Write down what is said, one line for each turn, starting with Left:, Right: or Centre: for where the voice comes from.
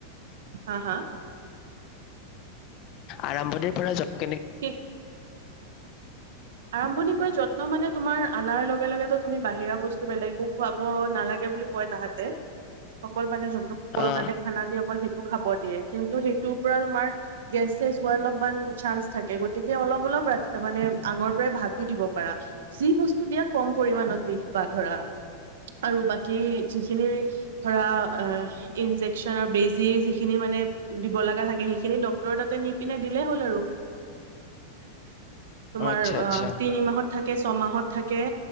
Right: হাঁ হাঁ।
Left: আৰম্ভণিৰ পৰা য, ' কেনে-
Right: ঠিক আৰম্ভণিৰ পৰা যত্ন মানে তোমাৰ অনাৰ লগে লগে তুমি বাহিৰা বস্তু বেলেগো খুৱাব নালাগে বুলি কয় তাহাঁতে অকল মানে কুকুৰৰ
Left: আহ
Right: কাৰণে খানা দি অকল। খাব দিয়ে কিন্তু সেইটোৰ পৰা তোমাৰ গেছ চেছ হোৱাৰ অলপমান চান্স থাকে। গতিকে অলপ অলপ ৰাতি মানে আগৰ পৰাই ভাতো দিব পাৰা যি বস্তু দিয়া কম পৰিমাণত মানত দিবা ধৰা। আৰু বাকী যিখিনি ধৰা ইন্জেকচন আৰু বেজি যিখিনি মানে দিব লগা থাকে সেইখিনি ডক্টৰ তাতে নিপিনে দিলেই হ'ল আৰু। তোমাৰ
Left: আচ্ছা
Right: আহ
Left: আচ্ছা
Right: তিনি মাহত থাকে ছয়মাহত থাকে।